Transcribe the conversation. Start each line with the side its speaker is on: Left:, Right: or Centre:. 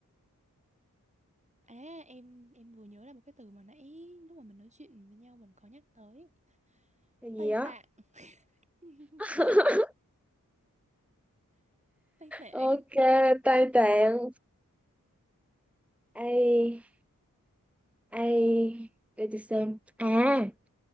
Right: À em em vừa nhớ là một cái từ mà nãy lúc mà mình nói chuyện với nhau mình có nhắc tới
Centre: Cái gì
Right: Tây
Centre: á?
Right: Tạng. <laughs>
Centre: <laughs>
Right: Chị- Tây Tạng.
Centre: Ok, tay tạng. Ai? ai để tôi xem. À,